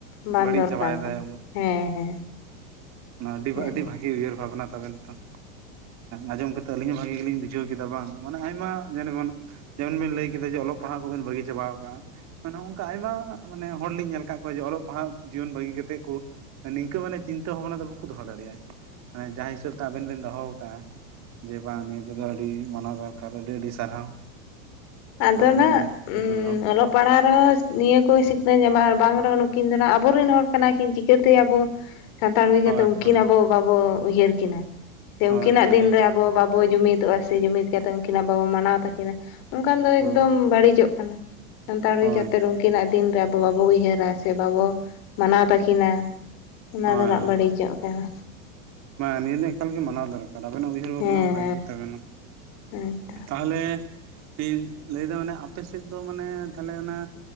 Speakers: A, on the left (about 55°); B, on the right (about 40°).
A: ᱵᱟᱝ
B: ᱵᱟᱹᱲᱤᱡ
A: ᱫᱚᱨᱠᱟᱨ
B: ᱪᱟᱵᱟᱭᱮᱫᱟᱭ
A: ᱠᱟᱱᱟ ᱦᱮᱸ ᱦᱮᱸ
B: ᱱᱚᱣᱟ ᱟᱹᱰᱤ ᱟᱹᱰᱤ
A: ᱦᱮᱸ
B: ᱵᱷᱟᱹᱜᱤ ᱩᱭᱦᱟᱹᱨ ᱵᱷᱟᱵᱽᱱᱟ ᱛᱟᱵᱮᱱ ᱛᱚᱝ ᱟᱸᱡᱚᱢ ᱠᱟᱛᱮᱫ ᱟᱹᱞᱤᱧ ᱦᱚᱸ ᱵᱷᱟᱜᱤ ᱜᱮᱞᱤᱧ ᱵᱩᱡᱷᱟᱹᱣ ᱠᱮᱫᱟ ᱵᱟᱝ ᱢᱟᱱᱮ ᱟᱭᱢᱟ ᱜᱷᱟᱱᱮ ᱜᱷᱟᱱᱮ ᱡᱮᱢᱚᱱ ᱵᱮᱱ ᱞᱟᱹᱭ ᱠᱮᱫᱟ ᱡᱮ ᱚᱞᱚᱜ ᱯᱟᱲᱦᱟᱜ ᱠᱚᱵᱤᱱ ᱵᱟᱹᱜᱤ ᱪᱟᱵᱟᱣ ᱠᱟᱜᱼᱟ ᱟᱨ ᱱᱚᱝᱠᱟ ᱟᱭᱢᱟ ᱢᱟᱱᱮ ᱦᱚᱲ ᱞᱤᱧ ᱧᱮᱞ ᱠᱟᱜ ᱠᱚᱣᱟ ᱡᱮ ᱚᱞᱚᱜ ᱯᱟᱲᱦᱟᱜ ᱡᱩᱭᱚᱱ ᱵᱟᱹᱜᱤ ᱠᱟᱛᱮ ᱠᱩ ᱱᱤᱝᱠᱟᱹ ᱢᱟᱱᱮ ᱪᱤᱱᱛᱟᱹ ᱵᱷᱟᱵᱽᱱᱟ ᱫᱚ ᱵᱟᱠᱩ ᱫᱚᱦᱚ ᱫᱟᱲᱮᱭᱟᱜᱼᱟ ᱢᱮ ᱡᱟᱦᱟᱸ ᱦᱤᱥᱟᱹᱵᱽ ᱛᱮ ᱟᱵᱮᱱ ᱵᱮᱱ ᱫᱚᱦᱚ ᱠᱟᱜᱼᱟ ᱡᱮ ᱵᱟᱝ ᱱᱤᱭᱟᱹ ᱠᱚᱫᱚ ᱟᱹᱰᱤ ᱢᱟᱱᱟᱣ ᱫᱚᱨᱠᱟᱨ ᱟᱹᱰᱤ ᱟᱹᱰᱤ ᱥᱟᱨᱦᱟᱣ
A: ᱟᱫᱚ
B: ᱟᱵᱮᱱᱟᱜ
A: ᱱᱟᱜ
B: ᱱᱤᱭᱟᱹ ᱤᱭᱟᱹ
A: ᱩᱸ
B: ᱠᱚ ᱫᱚᱦᱚ
A: ᱚᱞᱚᱜ ᱯᱟᱲᱦᱟᱣ ᱨᱮᱦᱚᱸ ᱱᱤᱭᱟᱹ ᱠᱚ ᱥᱤᱠᱷᱱᱟᱹᱛ ᱧᱟᱢᱚᱜᱼᱟ ᱟᱨ ᱵᱟᱝ ᱨᱮᱦᱚᱸ ᱱᱩᱠᱤᱱ ᱫᱚ ᱦᱟᱸ ᱟᱵᱚᱨᱮᱱ ᱦᱚᱲ ᱠᱟᱱᱟ ᱠᱤᱱ ᱪᱤᱠᱟᱛᱮ ᱟᱵᱚ ᱥᱟᱱᱛᱟᱲ ᱦᱩᱭ ᱠᱟᱛᱮ,
B: ᱦᱳᱭ
A: ᱩᱱᱠᱤᱱ
B: ᱦᱳᱭ
A: ᱟᱵᱚ ᱵᱟᱵᱚ ᱩᱭᱦᱟᱹᱨ ᱠᱤᱱᱟ ᱛᱮ
B: ᱦᱳᱭ
A: ᱩᱱᱠᱤᱱᱟᱜ
B: ᱦᱳᱭ
A: ᱫᱤᱱ ᱨᱮ ᱟᱵ ᱟᱵᱚ ᱵᱟᱵᱚ ᱡᱩᱢᱤᱫᱚᱜᱼᱟ ᱥᱮ ᱡᱩᱢᱤᱫ ᱠᱟᱛᱮ ᱩᱝᱠᱤᱱᱟᱜ ᱵᱟᱵᱚ ᱢᱟᱱᱟᱣ ᱛᱟᱹᱠᱤᱱᱟ ᱚᱱᱠᱟ ᱫᱚ ᱮᱠᱫᱚᱢ
B: ᱦᱳᱭ
A: ᱵᱟᱹᱲᱤᱡᱚᱜ ᱠᱟᱱᱟ ᱥᱟᱱᱛᱟᱲ ᱦᱩᱭ
B: ᱦᱳᱭ
A: ᱠᱟᱛᱮ ᱨᱮ ᱦᱚᱸ ᱩᱱᱠᱤᱱᱟᱜ ᱫᱤᱱ ᱫᱚ ᱟᱵᱚ ᱵᱟᱵᱚ ᱩᱭᱦᱟᱹᱨᱟ ᱥᱮ ᱵᱟᱵᱚ ᱢᱟᱱᱟᱣ ᱛᱟᱹᱠᱤᱱᱟ ᱚᱱᱟ
B: ᱦᱳᱭ
A: ᱫᱚ ᱱᱟᱜ
B: ᱦᱳᱭ
A: ᱵᱟᱹᱲᱤᱡᱚᱜ ᱠᱟᱱᱟ
B: ᱱᱤᱭᱟᱹ ᱫᱚ ᱮᱠᱟᱞᱜᱮ ᱢᱟᱱᱟᱣ ᱫᱚᱨᱠᱟᱨ ᱟᱵᱮᱱᱟᱜ ᱩᱭᱦᱟᱹᱨ ᱵᱷᱟᱵᱱᱟ
A: ᱦᱮᱸ
B: ᱦᱚ ᱵᱷᱟᱜᱤ ᱜᱮᱛᱟᱵᱮᱱᱟ
A: ᱦᱮᱸ ᱛᱚ
B: ᱛᱟᱦᱞᱮ ᱤᱧ ᱞᱟᱹᱭᱫᱟ ᱢᱟᱱᱮ ᱟᱯᱮ ᱥᱮᱫ ᱫᱚ ᱢᱟᱱᱮ ᱛᱟᱦᱞᱮ ᱚᱱᱟ